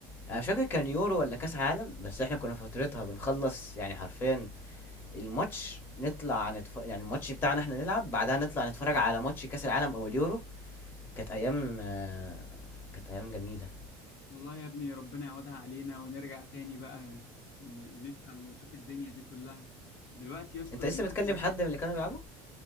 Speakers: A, on the left; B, on the left.
A: انا مش فاكر كان يورو ولا كاس عالم بس احنا كنا فترتها بنخلص يعني حرفيا الماتش نطلع نتف... يعني الماتش بتاعنا احنا نلعب بعدها نطلع نتفرج على ماتش كاس العالم او اليورو كانت ايام آه، كانت ايام جميله
B: والله يا ابني ربنا يعودها علينا ونرجع تاني بقى ن- نفهم ونشوف الدنيا دي كلها دلوقتي يا اسطى
A: انت لسه
B: دلوقتي
A: بتكلم حد من اللي كانوا بيلعبوا